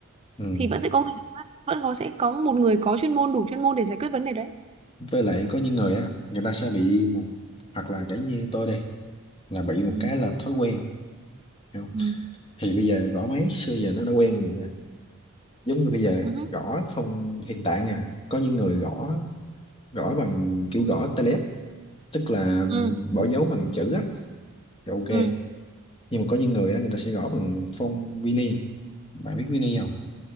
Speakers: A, on the left; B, on the right.
A: ừ.
B: thì vẫn sẽ có người giải quyết vẫn có sẽ có một người có chuyên môn đủ chuyên môn để giải quyết vấn đề đấy
A: với lại có những người á người ta sẽ bị một hoặc là cả như tôi đây là bị một
B: ừ
A: cái là thói quen hiểu không?
B: ừ
A: thì bây giờ gõ máy xưa giờ nó đã quen vậy à. giống như bây giờ
B: ừ hứ,
A: gõ phong hiện tại nha có những người gõ gõ bằng kiểu gõ tay tức là
B: ừ
A: bỏ dấu bằng chữ á thì ok
B: ừ.
A: nhưng mà có những người á người ta sẽ gõ bằng phông Vini bạn biết Vini không